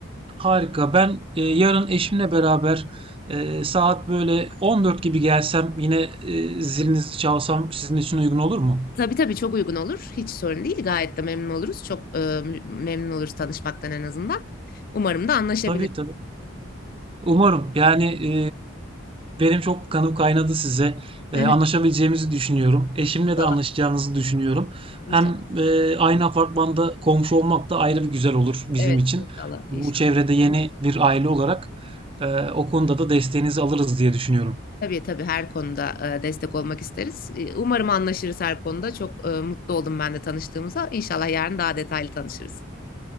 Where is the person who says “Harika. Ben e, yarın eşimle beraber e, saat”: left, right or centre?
Right